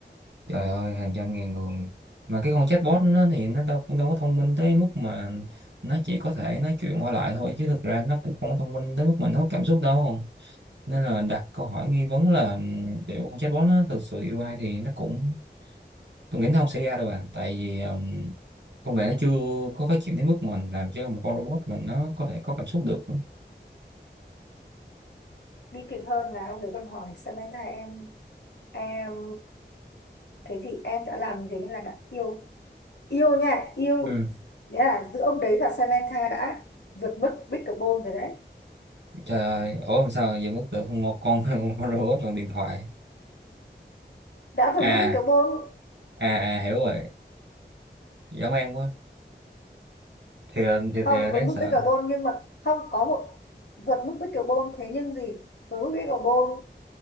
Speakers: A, on the right; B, on the left.
A: trời ơi hàng trăm ngàn người mà cái con chatbot nó thì nó đâu cũng đâu có thông minh tới mức mà nó chỉ có thể nói chuyện qua lại thôi chứ thực ra nó cũng không có thông minh tới mức mình có cảm xúc đâu nên là đặt câu hỏi nghi vấn là ừm, liệu con chatbot nó thực sự yêu ai thì nó cũng tôi nghĩ nó không xảy ra đâu bạn tại vì ừm, công nghệ nó chưa có phát triển tới mức mà làm cho một con robot mình nó có thể có cảm xúc được
B: bi kịch hơn là ông đấy còn hỏi Samantha em em thế thì em đã làm gì, như nên là đã yêu yêu nha yêu
A: Ừ.
B: đấy là giữa ông đấy và Samantha đã vượt mức Bicarbonate rồi đấy
A: Trời ơi, ủa làm sao giờ mất được một con <laughs> một con robot bằng điện thoại.
B: đã vượt
A: À,
B: mức Bicarbonate
A: à, à hiểu rồi. Dã man quá. Thiệt là thiệt
B: không
A: thiệt là đáng
B: với mức
A: sợ.
B: bích carbon nhưng mà không có một vượt mức bích carbon thế nhưng gì với mức bích carbon